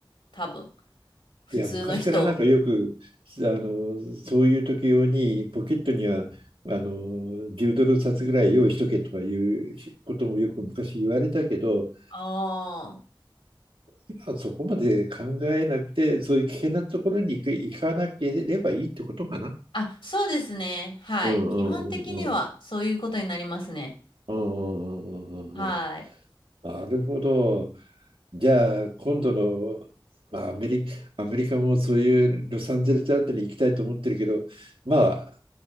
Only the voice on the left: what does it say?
多分。普通の人を。
ああ。
あ、そうですね。はい。
基本的にはそういうことになりますね。
はい。